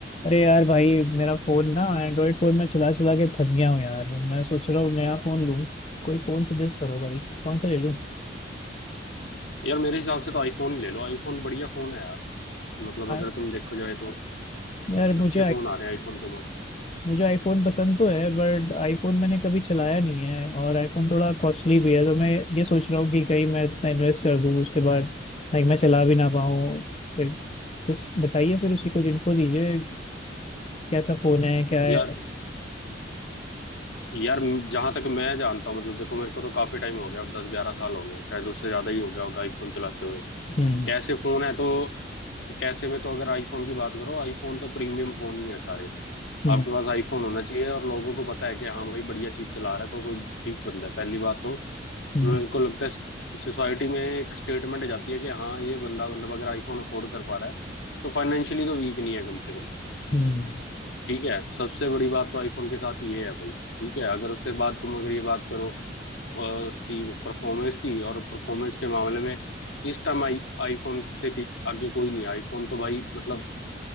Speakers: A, on the left; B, on the left.
A: अरे यार भाई मेरा फोन ना एंड्रॉइड फोन में चला चला के थक गया हूँ यार मैं सोच रहा हूँ नया फोन लूँ कोई फोन सजेस्ट करो भाई कौन सा ले लूँ
B: यार मेरे हिसाब से तो आईफोन ही ले लो आईफोन बढ़िया फोन है यार मतलब
A: यार
B: अगर तुम देखो जाए तो
A: यार, मुझे
B: अच्छे
A: आई
B: फोन आ रहे हैं आईफोन पे बहुत
A: मुझे आईफोन पसंद तो है बट आईफोन मैंने कभी चलाया नहीं है और आईफोन थोड़ा कॉस्टली भी है तो मैं ये सोच रहा हूँ कि कहीं मैं इतना इन्वेस्ट कर दूँ उसके बाद लाइक मैं चला भी ना पाऊँ फिर कुछ बताइए फिर उसी कुछ इन्फो दीजिए कैसा फोन है क्या है
B: यार यार जहां तक मैं जानता हूँ मतलब देखो मेरे को तो काफी टाइम हो गया अब दस ग्यारह साल हो गए हैं, शायद उससे ज्यादा ही हो गया होगा आईफोन चलाते हुए
A: हम्म
B: कैसे फोन है तो कैसे में तो अगर आईफोन की बात करो आईफोन तो प्रीमियम फोन ही है सारे
A: हम्म
B: आपके पास आईफोन होना चाहिए और लोगों को पता है कि हाँ भाई बढ़िया चीज चला रहा है तो कोई ठीक बंदा है पहली बात तो
A: हम्म
B: मेरे को लगता है सोसाइटी में एक स्टेटमेंट जाती है कि हाँ ये बंदा मतलब अगर आईफोन अफोर्ड कर पा रहा है तो फाइनेंशियली तो वीक नहीं है कम से कम
A: हम्म
B: ठीक है सबसे बड़ी बात तो आईफोन के साथ ये है भाई ठीक है अगर उसके बाद तुम अगर ये बात करो अ, उसकी परफॉर्मेंस की और परफॉर्मेंस के मामले में इस टाइम आई आईफोन से भी आगे कोई नहीं है आईफोन तो भाई मतलब